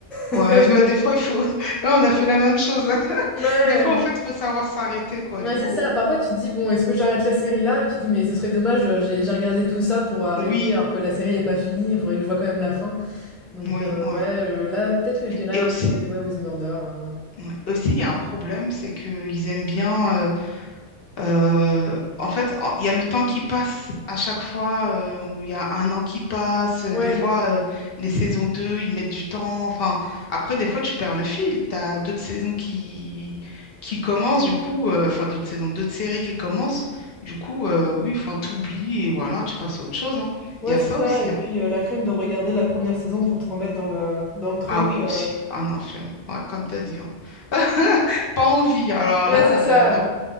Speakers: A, in the centre; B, on the left (about 50°).
A: <laughs>
B: Ouais, <laughs> ouais, des fois, il faut... <laughs> On a fait la même chose. hein. <laughs>
A: Ouais,
B: Des fois, en fait, il faut savoir s'arrêter, quoi.
A: ouais,
B: Il faut...
A: c'est ça. Parfois, tu te dis, bon, est-ce que j'arrête la série là? Et tu te dis, mais ce serait dommage, euh, j'ai j'ai regardé tout ça pour arrêter
B: ouais. Oui,
A: alors que la série n'est pas finie, il faudrait que je vois quand même la fin. Donc
B: oui,
A: euh,
B: ouais.
A: ouais, euh, là peut-être que je dirais
B: Et aussi,
A: How to Get Away with Murder. hein.
B: Ouais. Aussi, il y a un problème, c'est qu'ils aiment bien. euh, euh, en fait, en- il y a le temps qui passe à chaque fois. euh, on- Il y a un an qui passe. euh,
A: Ouais,
B: Des fois, euh, les saisons 2 ils mettent du temps. Enfin, après, des fois, tu perds le fil. Tu as d'autres saisons qui, qui commencent, du coup. euh, Enfin, d'autres saisons, d'autres séries qui commencent. Du coup, euh, oui, enfin, t'oublies et voilà, tu passes à autre chose. hein.
A: ouais
B: Il y a
A: c'est
B: ça
A: ça.
B: aussi.
A: Et
B: hein.
A: puis euh, la flemme de regarder la première saison pour te remettre dans le dans le truc.
B: Ah oui,
A: euh.
B: aussi. Ah non, flemme. Ouais, comme t'as dit. hein. <laughs> Pas envie. Alors
A: Ouais
B: là,
A: c'est ça.
B: euh, non.